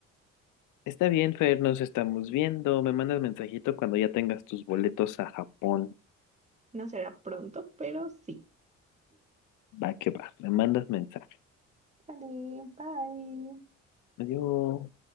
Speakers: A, on the left; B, on the right.
A: Está bien, Fer, nos estamos viendo. Me mandas mensajito cuando ya tengas tus boletos a Japón.
B: no será pronto, pero sí.
A: Va que va, me mandas mensaje.
B: Vale, bye.
A: Adiós.